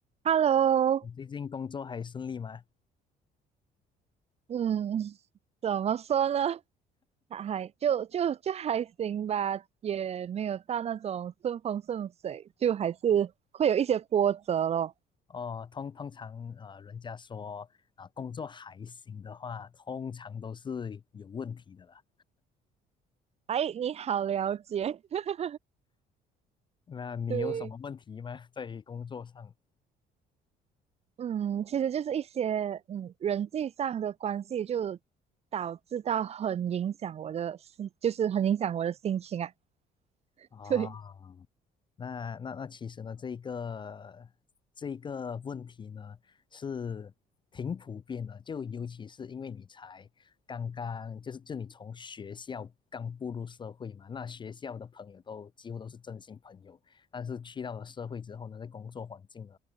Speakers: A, on the right (about 40°); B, on the left (about 30°).
A: Hello，
B: 你最近工作还顺利吗？
A: 嗯，<laughs> 怎么说呢？还还就就就还行吧，也没有到那种顺风顺水，就还是会有一些波折咯。
B: 哦，通通常呃，人家说啊、工作还行的话，通常都是有问题的啦。
A: 哎，你好了解，<laughs>
B: 那你有什嗯么问题吗？
A: 对，
B: 在工作上
A: 嗯，其实就是一些嗯人际上的关系，就导致到很影响我的心，就是很影响我的心情啊。<laughs>
B: 啊，
A: 对，
B: 那那那其实呢，这一个这一个问题呢是挺普遍的，就尤其是因为你才刚刚就是就你从学校刚步入社会嘛，那学校的朋友都几乎都是真心朋友，但是去到了社会之后呢，在工作环境呢，